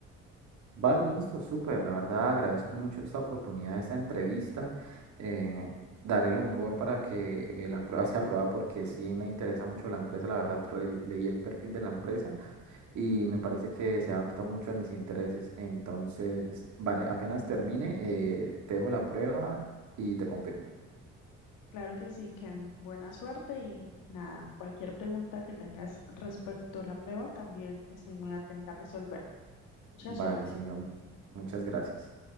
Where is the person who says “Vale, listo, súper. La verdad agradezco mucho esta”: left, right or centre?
Right